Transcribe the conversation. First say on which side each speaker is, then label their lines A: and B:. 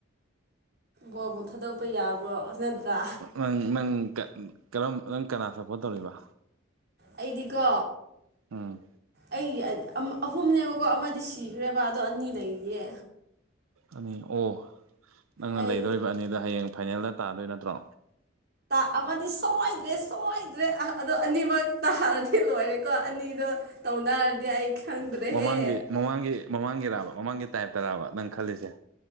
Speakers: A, on the right (about 50°); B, on the right (about 80°).
A: ꯕꯣꯜꯕꯨ ꯊꯥꯗꯣꯛꯄ ꯌꯥꯕ꯭ꯔꯣ ꯅꯠꯇ꯭ꯔꯥ
B: ꯅꯪ ꯅꯪ ꯀꯔꯝ ꯅꯪ ꯀꯅꯥ ꯁꯞꯄꯣꯔꯠ ꯇꯧꯔꯤꯕ
A: ꯑꯩꯗꯤꯀꯣ
B: ꯑꯎꯝ
A: ꯑꯩꯒꯤ ꯑꯍꯨꯝꯅꯦꯕꯀꯣ ꯑꯃꯗꯤ ꯁꯤꯈ꯭ꯔꯦꯕ ꯑꯗꯣ ꯑꯅꯤ ꯂꯩꯔꯤꯌꯦ
B: ꯑꯅꯤ ꯑꯣ ꯅꯪꯅ
A: ꯑꯩ
B: ꯂꯩꯗꯧꯔꯤꯕ ꯑꯅꯤꯗꯣ ꯍꯌꯦꯡ ꯐꯥꯏꯅꯦꯜꯗ ꯇꯥꯗꯣꯏꯕ ꯅꯠꯇ꯭ꯔꯣ
A: ꯑꯃꯗꯤ ꯁꯣꯏꯗ꯭ꯔꯦ ꯁꯣꯏꯗ꯭ꯔꯦ ꯑꯗꯣ ꯑꯅꯤꯃꯛ ꯇꯥꯗꯤ ꯂꯣꯏꯔꯦꯀꯣ ꯑꯅꯤꯗꯣ ꯇꯧꯅꯔꯗꯤ ꯑꯩ ꯈꯪꯗ꯭ꯔꯦꯍꯦ
B: ꯃꯃꯥꯡꯒꯤ ꯃꯃꯥꯡꯒꯤ ꯃꯃꯥꯡꯒꯤꯔꯥꯕ ꯃꯃꯥꯡꯒꯤ ꯇꯥꯏꯞꯇꯔꯥꯕ ꯅꯪ ꯈꯜꯂꯤꯁꯦ